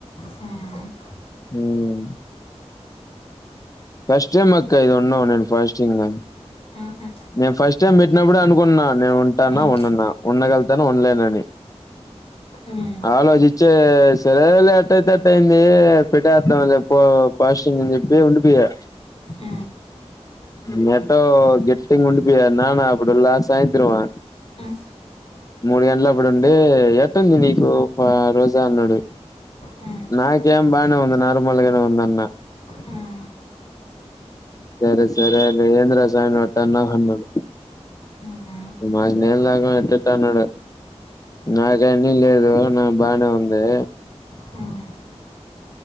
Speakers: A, on the left; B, on the left.
A: ఆ
B: ఉమ్ ఫస్ట్ టైం అక్క ఇది ఉన్నం నేన్ ఫాస్టింగ్
A: హుహు
B: నేను ఫస్ట్ టైమ్ పెట్టినప్పుడే అనుకున్నా నేను ఉంటానా
A: హ్మ్
B: ఉండన ఉండగలతానో ఉండలేనని
A: హ్మ్
B: అలో జిచ్చే సరేలే ఎట్టయితే అట్టయింది ఏ పెట్టతాం లే పో పాస్టింగ్ అని చెప్పి ఉండిపియా
A: ఊ
B: మెటో గెట్టి కిన్ ఉండిపియా నానా అప్పుడుల్లా సాయంత్రమా
A: హ్మ్
B: మూడు గంటల అప్పుడుండే ఎట్ ఉంది నీకు అ రోజా అన్నాడు
A: హ్మ్
B: నాకేం బానే ఉంది నార్మల్గనే ఉంది అన్న
A: హ్మ్
B: సరే సరే లే ఏంది రా సామీ అట్టన్నావ్ అన్నాన్
A: హ్మ్
B: మాది నెల్ దాక ఎట్టేట్టొ అన్నాడు నాకేమీ లేదు నా బానే ఉంది
A: హ్మ్